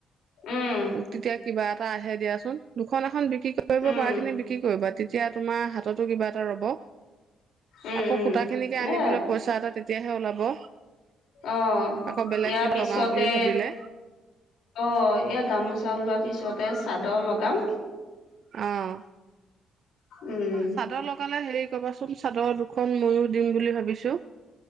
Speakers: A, on the left; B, on the right.
A: উম
B: তেতিয়া কিবা এটা আহে দিয়াচোন। দুখন এখন দি। কি কৰিব
A: উম
B: পাৰা খিনি বিক্ৰী কৰিবা। এতিয়া তোমাৰ হাততো কিবা। ৰব
A: উম
B: আকৌ
A: উম
B: সুতা খিনিকে
A: নে
B: আনিবলৈ। তেতিয়াহে ওলাব।
A: অ
B: আকৌ বেলেগ
A: ইয়াৰ
B: কিবা
A: পিছতে
B: লগাও বুলি ভাবিলে
A: অ এ গামোচা। চাউল লোৱাৰ পিছতে চাদৰ লগাম।
B: অহ।
A: উম
B: অ চাদৰ লগালে হেৰি। কবাচোন চাদৰ দুখন মইয়ো দিম বুলি ভাবিছো।